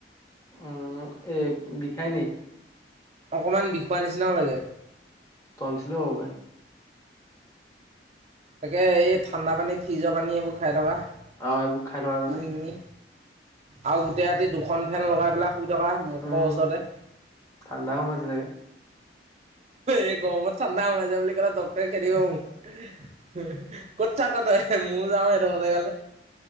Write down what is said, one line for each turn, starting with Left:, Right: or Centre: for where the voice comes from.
Left: উম এই বিষায় ন
Right: অকণমান বিষোৱাৰ নিচিনাও লাগে
Left: টনচিলো হ'ব পাৰে
Right: তাকে এই ঠাণ্ডা পানী ফ্ৰিজৰ পানী এইবোৰ খাই থকা
Left: আহ এইবোৰক খাই ল
Right: কিনি
Left: জানে
Right: কিনি আৰু গোটেই ৰাতি দুখন ফেন লগাই পেলাই শুই থকা মুখৰ
Left: উম
Right: ওচৰতে
Left: ঠাণ্ডা সোমাইছে চাগে
Right: এই গমত ঠাণ্ডা সোমাইছে বুলি ক'লে ডক্তৰে খেদিব মোক ক'ত থাক তই ময়ো যাও সেইটো জেগালে